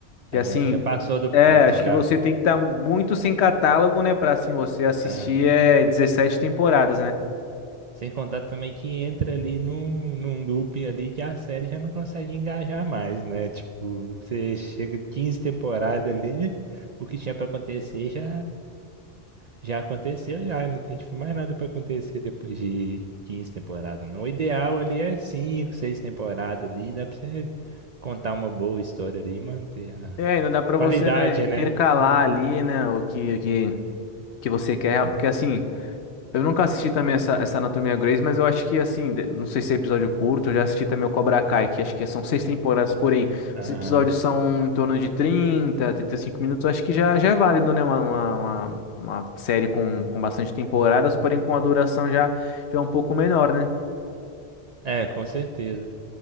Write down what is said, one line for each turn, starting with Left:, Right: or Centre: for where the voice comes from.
Left: que
Right: Aí
Left: assim.
Right: acho que já passou do ponto
Left: É, acho
Right: já.
Left: que você tem que estar muito sem catálogo, né? Pra assim você assistir
Right: Ah,
Left: é 17 temporadas, né?
Right: Sem contar também que entra ali num, num looping ali que a série já não consegue engajar mais, né? Tipo, você chega 15 temporadas ali, o que tinha pra acontecer já já aconteceu, já não tem tipo, mais nada pra acontecer depois de 15 temporadas. Não. O ideal ali é 5, 6 temporadas ali, dá pra você contar uma boa história ali e manter a
Left: É, ainda dá pra
Right: qualidade,
Left: você, né, intercalar
Right: né?
Left: ali, né, o que, o que, que você quer, porque assim, Eu nunca assisti também essa, essa Anatomia Grey's, mas eu acho que, assim, de- não sei se é episódio curto, eu já assisti também o Cobra Kai, que acho que são seis temporadas, porém,
Right: Aham.
Left: os episódios são em torno de trinta, trinta e cinco minutos, eu acho que já, já é válido, né? Uma, uma, uma- uma série com, com bastante temporadas, porém com a duração já, já é um pouco menor, né?
Right: É, com certeza.